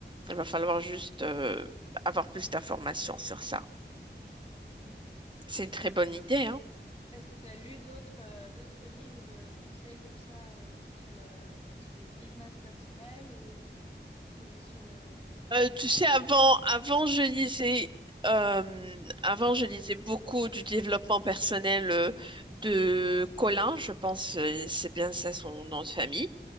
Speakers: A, on the right; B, on the left.
A: Il va falloir
B: Mm,
A: juste euh, avoir plus d'informations sur ça.
B: mm,
A: C'est une très bonne idée, hein.
B: Est-ce que tu as lu d'autres euh, d'autres livres de conseils comme ça euh, sur le sur le business personnel ou ou sur le
A: Euh, tu sais,
B: enfin, je sais
A: avant,
B: pas
A: avant, je lisais, euh, avant, je lisais beaucoup du développement personnel euh, de Colin. Je pense, euh, c'est bien ça son nom de famille.